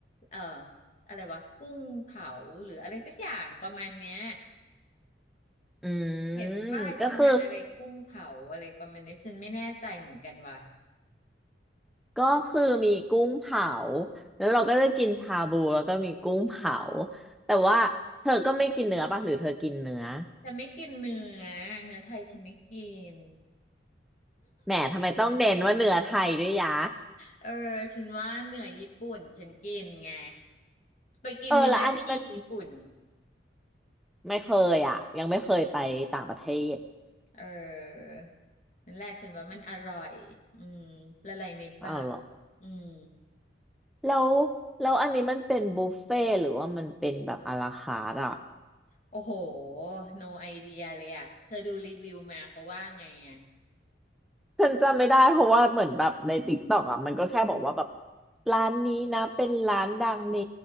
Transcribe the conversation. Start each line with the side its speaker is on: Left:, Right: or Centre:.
Left: เอ่ออะไรวะกุ้งเผาหรืออะไรสักอย่างประมาณเนี้ย
Centre: อื
Left: เห็นป้ายประมาณอะไรกุ้งเผาอะไรประมาณนี้ฉันไม่แน่ใจเหมือนกันว่ะ
Centre: มก็คือก็คือมีกุ้งเผา แล้วเราก็จะกินชาบูแล้วก็มีกุ้งเผา แต่ว่าเธอก็ไม่กินเนื้อป่ะหรือเธอกินเนื้อ
Left: ฉันไม่กินเนื้อเนื้อไทยฉันไม่กิน
Centre: แหมทำไมต้องเด่นว่าเนื้อไทยด้วยยะ
Left: เออฉันว่าเนื้อญี่ปุ่นฉันกินไงไปกินเนื้อที่ญี่ปุ่น
Centre: เออแล้วอันนี้มันไม่เคยอ่ะยังไม่เคยไปต่างประเทศ
Left: เออนั่นแหละฉันว่ามันอร่อยอืมละลายในปาก
Centre: อาวเหรอ
Left: อืม
Centre: แล้วแล้วอันนี้มันเป็นบุฟเฟ่ต์หรือว่ามันเป็นแบบอาราคาร์ทอ่ะ
Left: โอ้โห no idea เลยอ่ะเธอดูรีวิวมาเขาว่าไงอ่ะ
Centre: ฉันจำไม่ได้เพราะว่าเหมือนแบบในติ๊กต็อกอ่ะมันก็แค่บอกว่าแบบร้านนี้นะเป็นร้านดังใน